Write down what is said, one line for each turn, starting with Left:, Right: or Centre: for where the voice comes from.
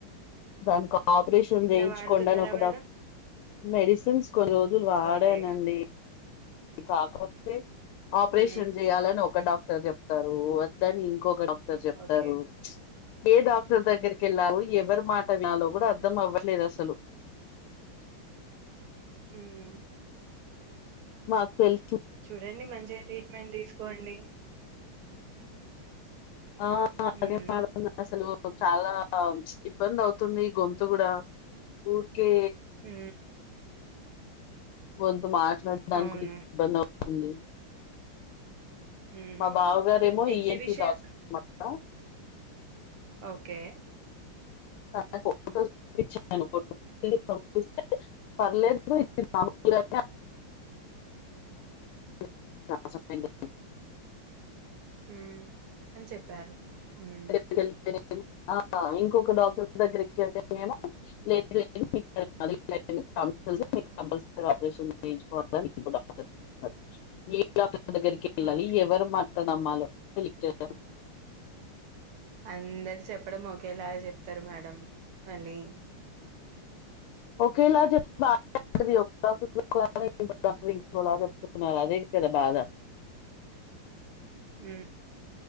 Left: దానికి ఆపరేషన్ చేయించుకోండి
Right: వాడుతున్నారా
Left: అని ఒక
Right: మేడం
Left: డాక్ట మెడిసిన్స్ కొన్ని రోజులు వాడానండి
Right: ఓకే
Left: కాకపోతే ఆపరేషన్
Right: మ్మ్
Left: చేయాలని ఒక డాక్ క్టర్ చెప్తారు వద్దని ఇంకొక డాక్టర్ చెప్తారు
Right: ఓకే
Left: ఏ డాక్టర్ దగ్గరికి వెళ్ళలో ఎవరి మాట వినాలో కూడా అర్థం అవ్వట్లేదు అసలు
Right: మ్
Left: మాక్ తెల్
Right: చూడండి మంచిగా ట్రీట్మెంట్ తీసుకోండి
Left: ఆ
Right: మ్మ్
Left: అదే మేడం అసలు చాలా ఇబ్బంది అవుతుంది గొంత్ తు కూడా ఊర్కే
Right: మ్
Left: గొంతు మాట్లాడడానికి
Right: అవును
Left: కూడా ఇబ్బంది అవుతుంది
Right: మ్మ్
Left: మా బావ గారేమో
Right: ఎగ్జిబిషన్
Left: ఈఎన్పి డాక్టర్ అన్ మట
Right: ఓకే
Left: నాకు ఫోటోస్ చూపించాను ఫోటో స్తె పర్లేదు ఇది నర్మాలే <unintelligible> <unintelligible>
Right: హుం అని చెప్పారు హ్మ్
Left: ళ్తేనే ఇంకొక డాక్టర్ దగ్గరికి వెళ్తేనేమో లేదు లేదు <unintelligible> <unintelligible> మీరు కంపల్సరీ ఆపరేషన్ చేయించుకోవాలని ఇంకో డాక్టర్ అన్నర్ ఏ డాక్టర్ దగ్గరికి వెళ్ళాలి
Right: ఓకే
Left: ఎవరి మాట్లాడలు నమ్మాలో తెలియట్లేదు
Right: అందరు చెప్పడం ఒకేలాగ చెప్తారు మేడం మళ్ళీ
Left: ఓకేల చెప్ బానే <unintelligible> అదే కదా బాద
Right: మ్